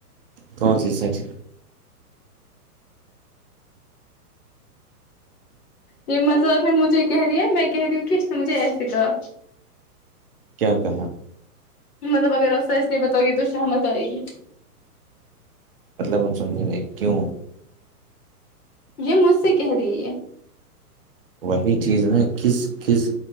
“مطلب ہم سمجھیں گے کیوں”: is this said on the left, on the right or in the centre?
Right